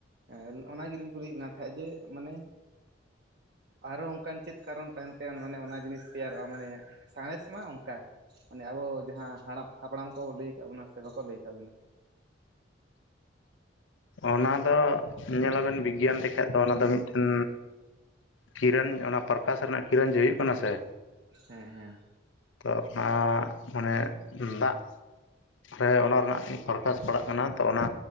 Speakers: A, on the right; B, on the left.
A: ᱦᱮᱸ ᱚᱱᱟ ᱜᱮᱞᱤᱧ ᱠᱩᱞᱤᱭᱮᱫ ᱵᱮᱱᱟ ᱛᱟᱦᱮᱸᱫ ᱡᱮ ᱢᱟᱱᱮ ᱟᱨᱚ ᱚᱱᱠᱟᱱ ᱪᱮᱫ ᱠᱟᱨᱚᱱ ᱛᱟᱦᱮᱸᱱ ᱛᱟᱭᱟ ᱢᱟᱱᱮ ᱚᱱᱟ ᱡᱤᱱᱤᱥ ᱛᱮᱭᱟᱨᱚᱜᱼᱟ ᱢᱟᱱᱮ ᱥᱟᱬᱮᱥ ᱢᱟ ᱚᱱᱠᱟ᱾ ᱢᱟᱱᱮ ᱟᱵᱚ ᱡᱟᱦᱟᱸ ᱦᱟᱲᱟᱢ ᱦᱟᱯᱲᱟᱢ ᱠᱚ ᱞᱟᱹᱭ ᱠᱟ ᱵᱚᱱᱟ ᱥᱮ ᱵᱟᱠᱚ ᱞᱟᱹᱭ ᱠᱟ ᱵᱚᱱᱟ᱾
B: ᱚᱱᱟᱫᱚ ᱧᱮᱞᱟᱵᱮᱱ ᱵᱤᱜᱽᱜᱟᱱ ᱛᱮᱠᱷᱟᱡ ᱫᱚ ᱚᱱᱟᱫᱚ ᱢᱤᱫᱴᱮᱱ ᱠᱤᱨᱟᱹᱱ ᱚᱱᱟ ᱯᱨᱚᱠᱟᱥ ᱨᱮᱱᱟᱜ ᱠᱤᱨᱟᱹᱱ ᱡᱮ ᱦᱩᱭᱩᱜ ᱠᱟᱱᱟ ᱥᱮ,
A: ᱦᱮᱸ ᱦᱮᱸ
B: ᱛᱚ ᱚᱱᱟ ᱢᱟᱱᱮ ᱫᱟᱜ ᱥᱮ ᱚᱱᱟ ᱨᱮᱱᱟᱜ ᱯᱨᱚᱠᱟᱥ ᱯᱟᱲᱟᱜ ᱠᱟᱱᱟ᱾ ᱛᱚ ᱚᱱᱟ